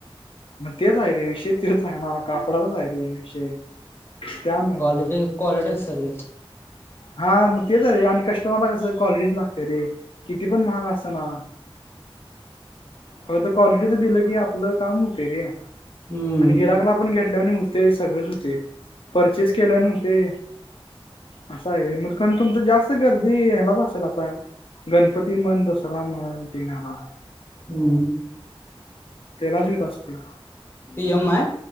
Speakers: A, on the left; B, on the left.
A: मग तेच आहे रे विषय तेच आहे ना कापडाचाच आहे रे विषय त्यामुळं
B: कॉलीटी
A: तर
B: कोलेट असत रे.
A: हा मग तेच हाय रे आणि कस्टमरला कसं क्वालिटीच लागते रे. किती पण महाग असना. खर तर क्वालिटीच दिलं की आपलं काम होत रे आणि
B: हम्म
A: गीराकला पण घेत. घेतल्या न होते सगळेच होते परचेस केल्या न होते. असा आहे रे मग कारण तुमच जास्त गर्दी ह्यालाच असेल आता. गणपती म्हण दसरा म्हण तेनं ह्याला.
B: हम्म.
A: तेलाच येत असततोय.
B: पी एम आहे